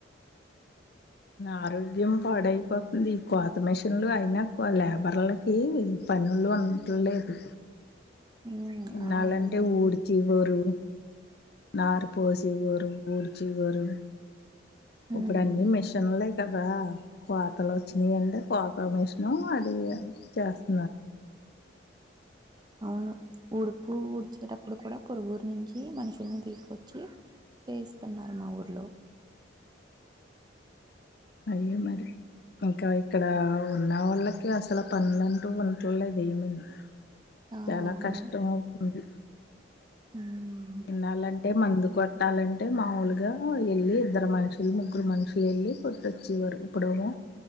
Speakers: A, on the left; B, on the right.
A: ఆరోగ్యం పాడయిపోతుంది కోత మిషన్లు అయినా లేబర్లకి పనులు ఉండలేదు
B: ఉమ్,
A: ఎన్నాాలంటే
B: ఆ అవును
A: ఊడిచీవరు నార్ పూసి వ ఊడిచి వరు
B: ఉమ్,
A: ఇప్పుడు అన్ని మిషన్లే కదా కోతలు వచ్చినాయి అంటడి కోత మేషిన అది చేస్తా
B: అవును ఉడ్ పువ్వుఊడిచేటప్పుడు కూడా పొరుగురు నుంచి మనుషుల్ని తీసుకొచ్చి ఏయిస్తున్నార్ మా ఊర్లో
A: అయ్యె మరి ఇంకా ఇక్కడా ఉన్న వాళ్ళకి అసల్ పన్లంటూ ఉంట్లేదు ఏమిను
B: ఆ
A: చాలా
B: అవును
A: కష్టం ఔతుంది
B: మ్మ్
A: విన్నాలంటే మందు కొట్టాలంటే మావూలుగా వెళ్ళి ఇద్దర్ మనుషుల్ ముగ్గుర్ మనుషుల్ ఎళ్ లీ కొట్టచ్చెవర్ ఇప్పుడొమొ